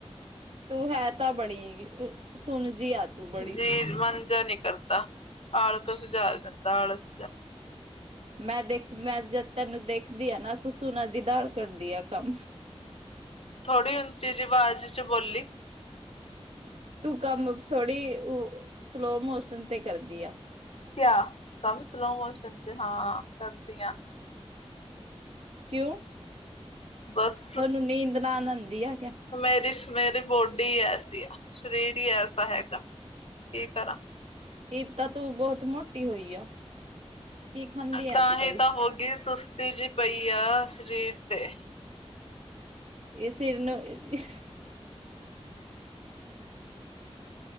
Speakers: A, on the right; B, on the left.
A: ਤੂੰ ਹੈ ਤਾਂ ਬੜੀ ਸੁਣ ਜੀ ਆ। ਤੂੰ ਬੜੀ।
B: ਜੀ ਮੰਨ ਜਿਆ ਨੀ ਕਰਦਾ, ਆਲਕਤ ਜਿਆ ਆ ਜਾਂਦਾ, ਆਲਸ ਜਿਆ।
A: ਮੈਂ ਦੇਖ ਮੈਂ ਜਦ ਤੈਨੂੰ ਦੇਖਦੀ ਆ ਨਾ ਤੁਸੀਂ ਓਨਾਂ ਦੀ ਦਾਲ ਕੱਢਦੀ ਆ ਕੰਮ।
B: ਥੋੜੀ ਉਂਚੀ ਜੀ ਵਾਜ਼ 'ਚ ਬੋਲੀ।
A: ਤੂੰ ਕੰਮ ਥੋੜ੍ਹੀ ਉ ਸਲੋ ਮੋਸ਼ਨ ਤੇ ਕਰਦੀ ਆ।
B: ਕਿਆ ਕੰਮ ਸਲੋ ਮੋਸ਼ਨ ਤੇ ਹਾਂ ਕਰਦੀ ਆਂ।
A: ਕਿਉਂ
B: ਬਸ
A: ਤੁਆਨੂੰ ਨੀਂਦ ਨਾਲ ਉਂਦੀ ਆ। ਕਿਆ
B: ਮੇਰੀ ਮੇਰੀ ਬੋਡੀ ਐਸੀ ਆ, ਸਰੀਰ ਈ ਐਸਾ ਹੈਗਾ ਕੀ ਕਰਾਂ।
A: ਸਬ ਤਾ ਤੂੰ ਬੋਤ ਮੋਟੀ ਹੋਈ ਆ। ਕੀ ਖਾਂਦੀ ਆ
B: ਤਾਂ
A: ਅੱਜ ਕੱਲ
B: ਹੀ ਤਾਂ ਹੋ ਗੀ, ਸੁਸਤੀ ਜੀ ਪਈ ਆ ਸਰੀਰ ਤੇ।
A: ਏ ਸਿਰ ਨੂੰ ਇਸ